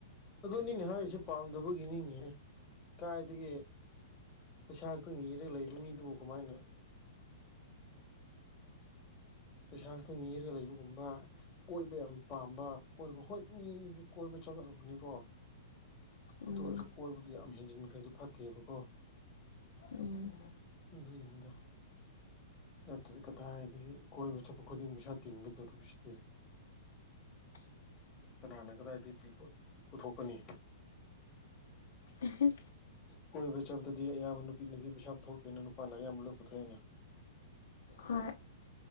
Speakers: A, on the left; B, on the left.
A: ꯑꯗꯨꯅꯤꯅꯦ ꯍꯥꯏꯔꯤꯁꯦ ꯄꯥꯝꯗꯕꯒꯤꯅꯤꯅꯦ ꯀꯥꯏꯗꯒꯤ ꯄꯩꯁꯥ ꯈꯛꯇ ꯅꯤꯔꯒ ꯂꯩꯕ ꯃꯤꯗꯨꯕꯨ ꯀꯃꯥꯏꯅ ꯄꯩꯁꯥ ꯈꯛꯇ ꯅꯤꯔꯒ ꯂꯩꯕꯒꯨꯝꯕ꯫ ꯀꯣꯏꯕ ꯌꯥꯝ ꯄꯥꯝꯕ ꯀꯣꯏꯕ ꯍꯣꯏ ꯏ ꯀꯣꯏꯕ ꯆꯠꯀꯗꯧꯕꯅꯤꯀꯣ꯫ ꯑꯗꯨ
B: ꯎꯝ
A: ꯑꯣꯏꯔꯁꯨ ꯀꯣꯏꯕꯗꯨ ꯌꯥꯝ ꯍꯦꯟꯖꯤꯟꯈ꯭ꯔꯁꯨ ꯐꯠꯇꯦꯕꯀꯣ꯫
B: ꯎꯝ
A: ꯑꯗꯨꯒꯤꯅꯤꯗ ꯅꯠꯇ꯭ꯔꯗꯤ ꯀꯗꯥꯏꯗꯒꯤ ꯀꯣꯏꯕ ꯆꯠꯄ ꯈꯨꯗꯤꯡ ꯄꯩꯁꯥ ꯇꯤꯡꯒꯗꯧꯔꯤꯕꯁꯤꯗꯤ꯫ ꯀꯅꯥꯅ ꯀꯗꯥꯏꯗꯒꯤ ꯄꯨꯊꯣꯛꯀꯅꯤ꯫
B: ꯎꯝꯍꯨꯝ
A: ꯀꯣꯏꯕ ꯆꯕꯗꯗꯤ ꯑꯌꯥꯝꯕ ꯅꯨꯄꯤꯅꯗꯤ ꯄꯩꯁꯥ ꯄꯨꯊꯣꯛꯇꯦꯅ ꯅꯨꯄꯥꯅ ꯑꯌꯥꯝꯕ ꯂꯣꯏ ꯄꯨꯊꯣꯛꯑꯦꯅ꯫
B: ꯍꯣꯏ